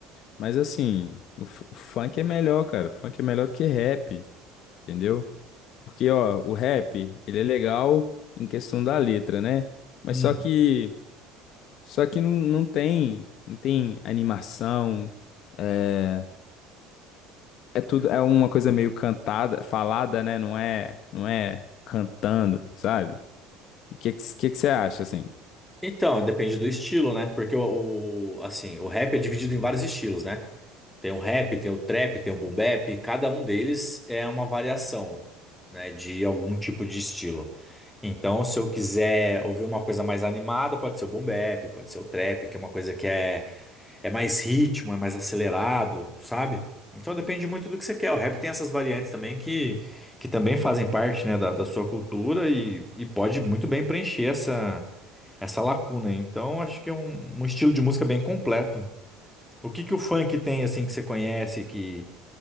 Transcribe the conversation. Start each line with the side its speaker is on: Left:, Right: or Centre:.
Left: Mas assim, o, fu- o funk é melhor, cara. O funk é melhor do que rap, entendeu? Porque, ó, o rap, ele é legal em questão da letra, né? Mas
Centre: Uhum.
Left: só que, só que não, não tem, não tem animação, é, é tudo, é uma coisa meio cantada, falada, né? Não é, não é cantando, sabe? E o que, que, que que você acha, assim?
Centre: Então, depende do estilo, né? Porque o, o- assim, o rap é dividido em vários estilos, né? Tem o rap, tem o trap, tem o boom bap, cada um deles é uma variação, né, de algum tipo de estilo. Então, se eu quiser ouvir uma coisa mais animada, pode ser o boom bap, pode ser o trap, que é uma coisa que é, é mais ritmo, é mais acelerado, sabe? Então depende muito do que você quer. O rap tem essas variantes também que, que também fazem parte, né, da, da sua cultura e, e pode muito bem preencher essa, essa lacuna. Então, acho que é um um estilo de música bem completo. O que que o funk tem assim que você conhece que,